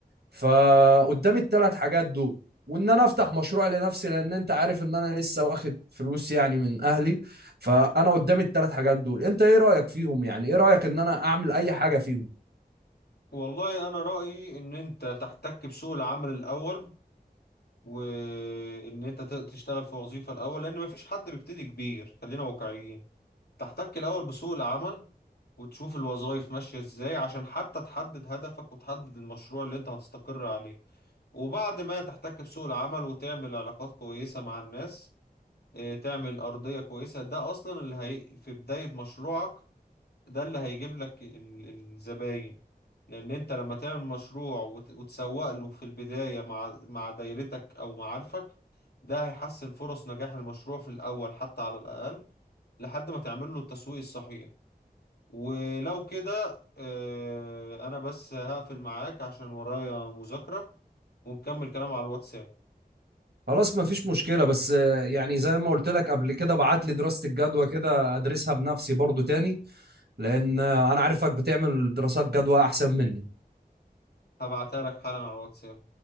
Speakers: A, on the right; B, on the left.
A: فقدامي الثلاث حاجات دول وان انا افتح مشروع لنفسي لان انت عارف ان انا لسه واخد فلوس يعني من اهلي فانا قدامي الثلاث حاجات دول انت ايه رايك فيهم يعني ايه رايك ان انا اعمل اي حاجه فيهم
B: والله انا رأيي ان انت تحتك بسوق العمل الاول وان انت ت- تشتغل في وظيفة الاول لان مفيش حد بيبتدي كبير خلينا واقعيين تحتك الأول بسوق العمل وتشوف الوظائف ماشية ازاي عشان حتى تحدد هدفك وتحدد المشروع اللي انت هتستقر عليه وبعد ما تحتك بسوق العمل وتعمل علاقات كويسة مع الناس اه، تعمل أرضية كويسة ده أصلا اللي هي في بداية مشروعك ده اللي هيجيب لك ال- الزباين لأن انت لما تعمل مشروع وت- وتسوق له في البداية مع مع دايرتك أو معارفك ده هيحسن فرص نجاح المشروع في الأول حتى على الأقل لحد ما تعمل له التسويق الصحيح ولو كده آه، انا بس هقفل معاك عشان ورايا مذاكرة ونكمل كلام على الواتساب
A: خلاص مفيش مشكله بس آه، يعني زي ما قلت لك قبل كده بعت لي دراسه الجدوى كده ادرسها بنفسي برضو تاني لان آه، انا عارفك بتعمل دراسات جدوى احسن مني
B: هبعتها لك حالا على الواتساب